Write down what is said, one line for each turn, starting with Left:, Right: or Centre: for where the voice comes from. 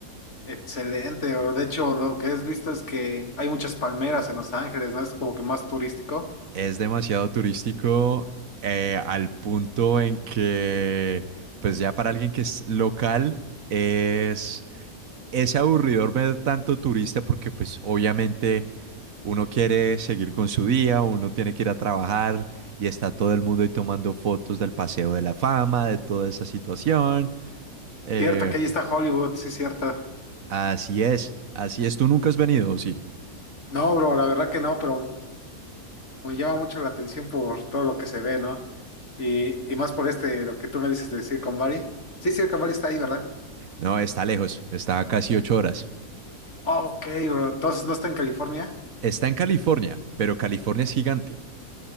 Left: Excelente, bro. De hecho, lo que has visto es que hay muchas palmeras en Los Ángeles, ¿no? Es como que más turístico.
Right: Es demasiado turístico eh, al punto en que, pues ya para alguien que es local, es es aburridor ver tanto turista porque pues obviamente uno quiere seguir con su día, uno tiene que ir a trabajar y está todo el mundo ahí tomando fotos del Paseo de la Fama, de toda esa situación. Eh,
Left: Cierto, que ahí está Hollywood, sí, cierto.
Right: así es, así es. ¿Tú nunca has venido, o sí?
Left: No, bro, la verdad que no, pero me llama mucho la atención por todo lo que se ve, ¿no? Y, y más por este, lo que tú me dices de Silicon Valley. Sí, Silicon Valley está ahí, ¿verdad?
Right: No, está lejos, está a casi ocho horas.
Left: Ok, bro. Entonces, ¿no está en California?
Right: Está en California, pero California es gigante.